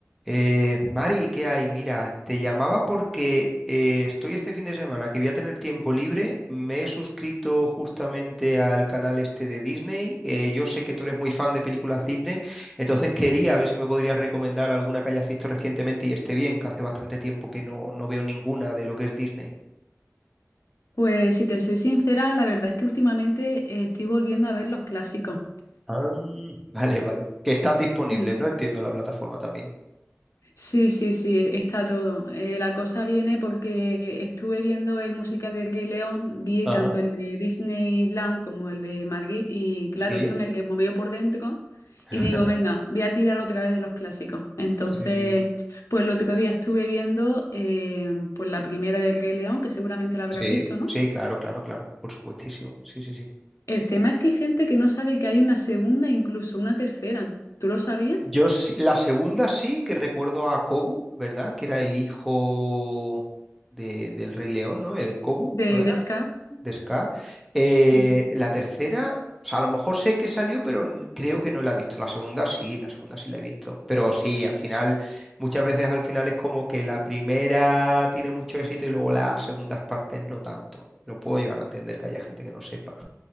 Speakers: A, in the centre; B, on the left.
A: Eh, Mari, ¿qué hay? Mira, te llamaba porque eh, estoy este fin de semana que voy a tener tiempo libre. Me he suscrito justamente al canal este de Disney. Eh, yo sé que tú eres muy fan de películas Disney, entonces quería ver si me podrías recomendar alguna que hayas visto recientemente y esté bien, que hace bastante tiempo que no, no veo ninguna de lo que es Disney.
B: Pues si te soy sincera, la verdad es que últimamente eh, estoy volviendo a ver los clásicos.
A: Ah, <laughs> Vale, vale. Que están disponibles,
B: Sí.
A: ¿no? Entiendo la plataforma también.
B: Sí, sí, sí, está todo. Eh, la cosa viene porque estuve viendo el musical de Rey León, vi
A: ajá,
B: tanto el de Disneyland como el de Madrid y claro,
A: sí,
B: eso me removió por dentro
A: <laughs>
B: y digo, venga, voy a tirar otra vez de los clásicos. Entonces,
A: sí.
B: pues el otro día estuve viendo eh, pues la primera del Rey León, que seguramente la habrás
A: Sí,
B: visto, ¿no?
A: sí, claro, claro, claro, por supuestísimo. Sí, sí, sí.
B: El tema es que hay gente que no sabe que hay una segunda, incluso una tercera. ¿Tú lo sabías?
A: Yo sí- la segunda sí que recuerdo a Kobu, ¿verdad? Que era el hijo de- del Rey León, ¿no? El Kobu,
B: De,
A: ¿no era?
B: de Scar.
A: De Scar. Eh,
B: Sí.
A: la tercera, o sea, a lo mejor sé que salió, pero n- creo que no la he visto. La segunda sí, la segunda sí la he visto. Pero sí, al final, muchas veces al final es como que la primera tiene mucho éxito y luego las segundas partes no tanto. Lo puedo llegar a entender que haya gente que no sepa.